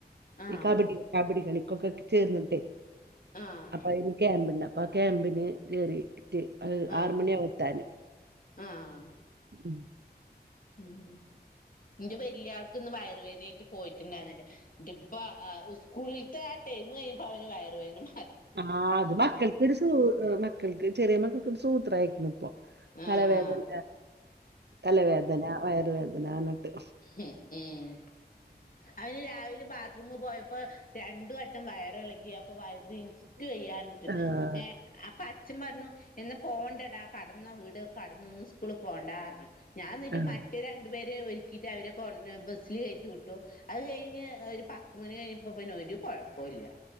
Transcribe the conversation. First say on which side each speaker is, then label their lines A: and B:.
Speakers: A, on the left; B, on the right.
A: ആഹ്
B: ഈ കബഡി കബഡി കളിക്കൊക്കെ ചേർന്നട്ടെ
A: ആഹ്
B: അപ്പൊ അതിന് ക്യാമ്പ ഉണ്ട അപ്പൊ ക്യാമ്പിന് കറിട്ട്
A: ആഹ്
B: ആറുമണിയകു എത്താന്
A: ആഹ്
B: ഉം
A: ഉം ഇന്റെ വലിയ ആൾക്ക് ഇന്ന് വയറുവേദ ആായിട്ട് പോയിട്ടുണ്ടായിരുന്നില്ല ഇപ്പ സ്കൂളിലത്തെ ആ ടൈം കഴിയുമ്പ അവന് വയറ വേദന
B: ആ അത് മക്കൾക്ക്രു സൂ മക്കൾക്ക് ചെറിയ മക്കൾക്ക്രു സൂത്ര അയക്കണ ഇപ്പൊ
A: ആഹ്
B: തലവേദന തലവേദന വയറുവേദന എന്നിട്ട്
A: ഉം ഉം അവന് രാവിലെ ബാത്റൂമിൽ പോയപ്പോ രണ്ടു വട്ടം വയറി ഇളകിയ അപ്പോ വയറ് ട്ട് കയ്യാനിട്ട്
B: ആഹ്
A: ഏ അപ്പൊ അച്ഛൻ പറഞ്ഞു എന്ന പോവണ്ടടാ കടന്നാ വീട് കടന്നൊന്ന സ്കൂള പോണ്ട പറഞ്ഞു ഞാൻ എന്നന്നിട്ട്
B: ആഹ്
A: മറ്റേ രണ്ടു പേര് ഒരുക്കിയിട്ട് അവരെ കൊ ബസ്സിൽ കയറ്റി വിട്ടു അത് കഴിഞ്ഞ് ഒരു പത്ത് മണി കഴിഞ്ഞപ്പോ പിന്ന ഒരു കുഴപ്പ ഇില്ല